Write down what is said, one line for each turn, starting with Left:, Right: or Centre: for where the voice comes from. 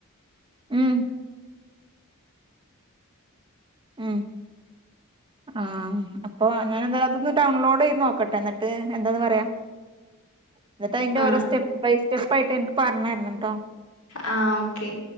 Right: ഉം ഉം ആ അപ്പൊ അങ്ങനത് അതൊന്ന് ഡൗൺലോടെയ്ത് ന്നൊക്കട്ട് ട്ടെ എന്നട്ട് എന്തന്ന് പറയാം എന്നട്ട് അയ്ന്റെ
Left: ആഹ്
Right: ഓരോ സ്റ്റെപ്പയ് സ്റ്റെപ്പായ്ട്ട് എനിക്ക് പർണെരംട്ടോ
Left: ആഹ ഓക്കെ